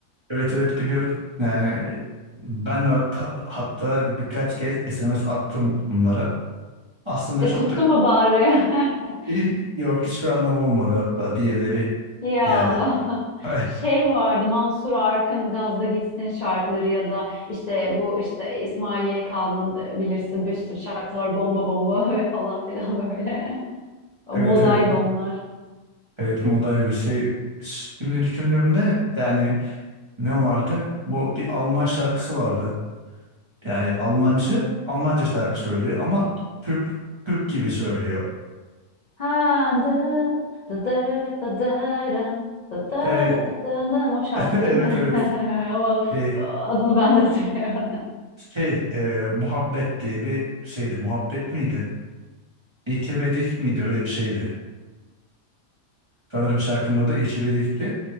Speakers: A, on the right (about 35°); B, on the left (about 80°).
A: Evet evet biliyorum. Yani ben de hatta, hatta birkaç kez SMS attım onlara. Aslında
B: E
A: çok
B: tuttu
A: da
B: mu bari? <laughs>
A: iyi- yok hiçbir anlamı olmadı hatta diğerleri
B: Ya
A: yani.
B: <laughs>
A: <laughs>
B: şey vardı Mansur Arkın Gazla Gitsin şarkıları ya da işte bu işte İsmail YK'nın e, bilirsin bir sürü şarkısı var Bomba Bomba <laughs> ve falan filan böyle. <laughs> Modaydı
A: Evet evet.
B: onlar.
A: Evet Moday bir şey. Şimdi düşündüğümde yani ne vardı? Bu bir Alman şarkısı vardı. Yani Almancı Almanca şarkı söylüyor ama Türk Türk gibi söylüyor.
B: Ha, dın, da darara da daran, da darara
A: Ve-
B: da dın dın. o şarkı
A: <laughs> evet
B: değil mi?
A: evet.
B: <laughs> Ama
A: Şey,
B: e, adını ben de hatırlayamadım.
A: şey e, Muhabbet diye bir şeydi. Muhabbet miydi? İlkebedik miydi? Öyle bir şeydi. Sanırım şarkının adı İlkebedik'ti.